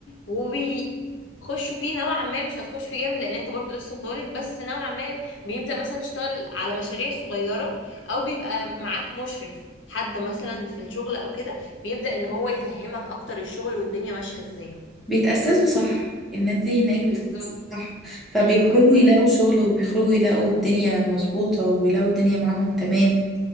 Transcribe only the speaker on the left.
وبيخشوا فيه نوعا ما مش هتخش فيه جامد لان انت برضو لسه طالب بس نوعا ما بيبدا مثلا تشتغل على مشاريع صغيره او بيبقى معاك مشرف حد مثلا في الشغل او كده بيبدا ان هو يفهمك اكتر الشغل والدنيا ماشيه ازاي
بالظبط
ايوه صح.